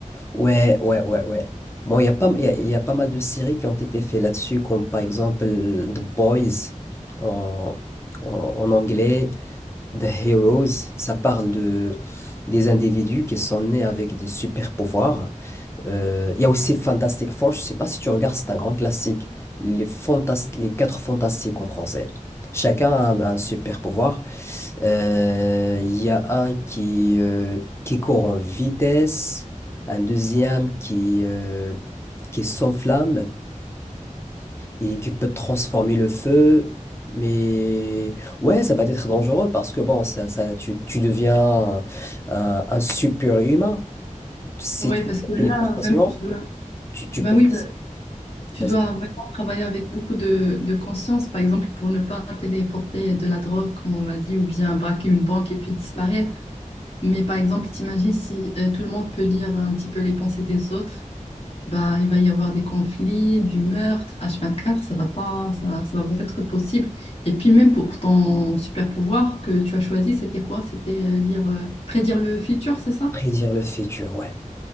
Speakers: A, on the left; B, on the left.
A: Ouais, ouais, ouais, ouais. Bon, il y a pas, il y a, il y a pas mal de séries qui ont été faites là-dessus, comme par exemple euh, The Boys en, en, en anglais, The Heroes. Ça parle de, des individus qui sont nés avec des super pouvoirs Euh, Il y a aussi Fantastic Four, je sais pas si tu regardes, c'est un grand classique. Les, fantas- les quatre fantastiques en français. Chacun a un, un super pouvoir. Euh, Il y a un qui, euh, qui court en vitesse, un deuxième qui, euh, qui s'enflamme et qui peut transformer le feu. Mais ouais, ça va être dangereux parce que bon, ça, ça, tu, tu deviens un, un super humain. Si
B: Ouais,
A: tu
B: parce
A: fais les
B: que là,
A: téléportation,
B: vraiment, tu dois,
A: tu, tu
B: ben
A: peux faire
B: oui, tu
A: Vas-y,
B: dois vraiment travailler avec beaucoup de, de conscience, par exemple, pour ne pas téléporter de la drogue, comme on l'a dit, ou bien braquer une banque et puis disparaître. Mais par exemple, t'imagines si euh, tout le monde peut lire un petit peu les pensées des autres, bah, il va y avoir des conflits, du meurtre, H24, ça va pas, ça, ça va pas être possible. Et puis même pour ton super pouvoir que tu as choisi, c'était quoi? C'était euh, lire, euh, prédire le futur, c'est ça?
A: prédire le futur, ouais.